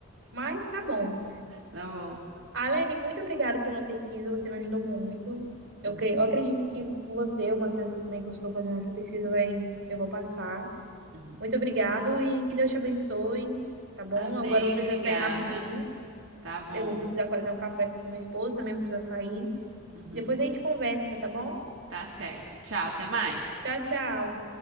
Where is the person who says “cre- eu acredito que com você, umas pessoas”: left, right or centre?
Right